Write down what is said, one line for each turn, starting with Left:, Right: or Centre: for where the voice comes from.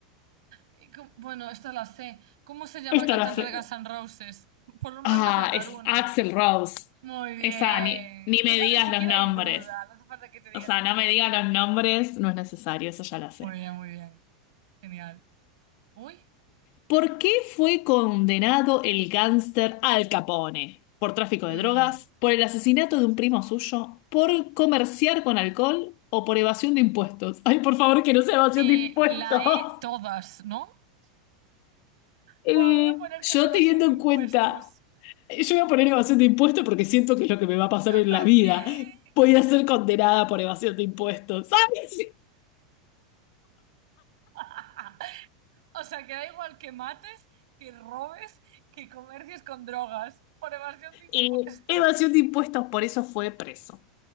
Right: Y com- Bueno, esta la sé. ¿Cómo se llama
Left: Esta
Right: el cantante
Left: la fe-
Right: de Guns N' Roses? Por lo menos
Left: Ah,
Right: voy a acertar
Left: es
Right: una.
Left: Axel Rose.
Right: Muy bien.
Left: Esa, ni, ni
Right: Esa
Left: me digas
Right: ni siquiera
Left: los nombres.
Right: hay duda. No hace falta que te diga
Left: O sea,
Right: Jimi
Left: no me
Right: Hendrix.
Left: digas los nombres, no es necesario, eso ya lo sé.
Right: Muy bien, muy bien. Genial. Uy.
Left: ¿Por qué fue condenado el gángster Al Capone? ¿Por tráfico
Right: Mm.
Left: de drogas? ¿Por el asesinato de un primo suyo? ¿Por comerciar con alcohol? ¿O por evasión de impuestos? Ay, por favor, que no sea evasión
Right: Eh,
Left: de impuestos.
Right: la E
Left: <laughs>
Right: todas, ¿no?
Left: Eh,
Right: Buah, voy a poner
Left: yo
Right: que es evasión
Left: teniendo
Right: de
Left: en
Right: impuestos.
Left: cuenta, yo voy a poner evasión de impuestos porque siento que es lo que me va a pasar
Right: Yo
Left: en
Right: también.
Left: la vida. Voy a ser condenada por evasión de impuestos, ¿sabes?
Right: Ah, o sea, que da igual que mates, que robes, que comercies con drogas por evasión de impuestos.
Left: Eh, evasión de impuestos, por eso fue preso.